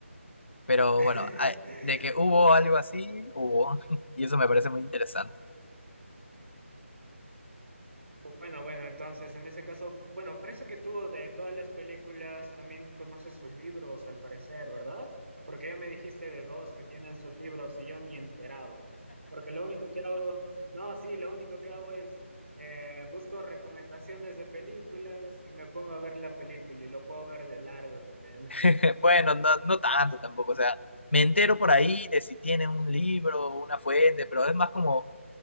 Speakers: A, on the left; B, on the right.
A: pero
B: <laughs>
A: bueno, a- de que hubo algo así, hubo, <laughs> y eso me parece muy interesante.
B: Bueno, bueno, entonces en ese caso, bueno, parece que tú de todas las películas también conoces sus libros, al parecer, ¿verdad? Porque ya me dijiste de dos que tienen sus libros y yo ni enterado. Porque lo único que hago, no, sí, lo único que hago es eh, busco recomendaciones de películas y me pongo a ver la película y lo puedo ver de largo también. <laughs>
A: <laughs> Bueno, no, no tanto tampoco, o sea, me entero por ahí de si tienen un libro o una fuente, pero es más como